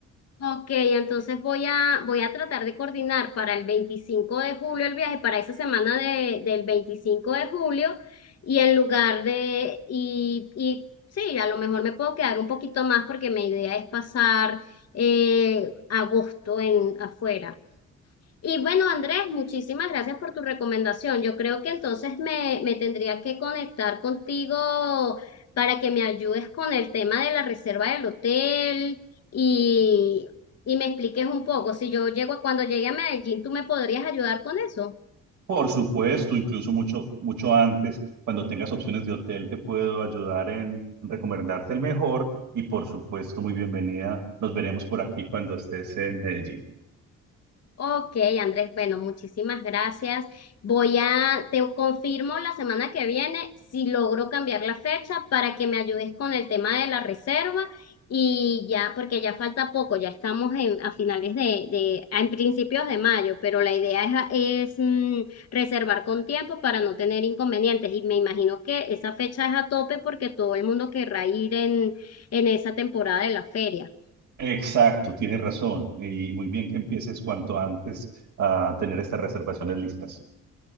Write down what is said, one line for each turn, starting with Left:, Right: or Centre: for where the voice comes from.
Left: Ok, entonces voy a, voy a tratar de coordinar para el 25 de julio el viaje, para esa semana de, del 25 de julio, y en lugar de, y, y sí, a lo mejor me puedo quedar un poquito más porque mi idea es pasar eh, agosto en afuera. Y bueno, Andrés, muchísimas gracias por tu recomendación. Yo creo que entonces me, me tendría que conectar contigo para que me ayudes con el tema de la reserva del hotel y, y me expliques un poco. Si yo llego, cuando llegue a Medellín, ¿tú me podrías ayudar con eso?
Right: Por supuesto, incluso mucho, mucho antes, cuando tengas opciones de hotel, te puedo ayudar en, en recomendarte el mejor y por supuesto, muy bienvenida. Nos veremos por aquí cuando estés en Medellín.
Left: Ok, Andrés, bueno, muchísimas gracias. Voy a, te confirmo la semana que viene si logro cambiar la fecha para que me ayudes con el tema de la reserva y ya, porque ya falta poco, ya estamos en, a finales de, de, en principios de mayo, pero la idea es, es, mm, reservar con tiempo para no tener inconvenientes y me imagino que esa fecha es a tope porque todo el mundo querrá ir en, en esa temporada de la feria.
Right: Exacto, tienes razón. Y muy bien que empieces cuanto antes a tener estas reservaciones listas.